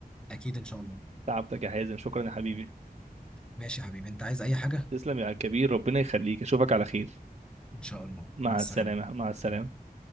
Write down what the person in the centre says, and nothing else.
اكيد ان شاء الله
ماشي يا حبيبي انت عايز اي حاجة
ان شاء الله
مع السلامة